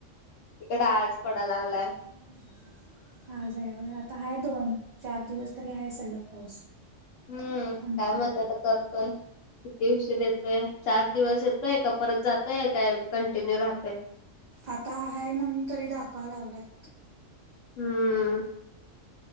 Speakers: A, on the left (about 75°); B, on the right (about 45°).
A: इकडे आळज पडाला लागलाय.
B: हम्. हा जा आता आहे दोन चार दिवस तरी आहे सलग पाऊस.
A: हम्म
B: आमच्याकडे
A: काय मजा तर करतोय. किती दिवशी येतोय चार दिवस येतोय का परत जातय काय कंटिन्यू राहतय.
B: आता आहे म्हणून तरी दाखवा लागलात.
A: हम्म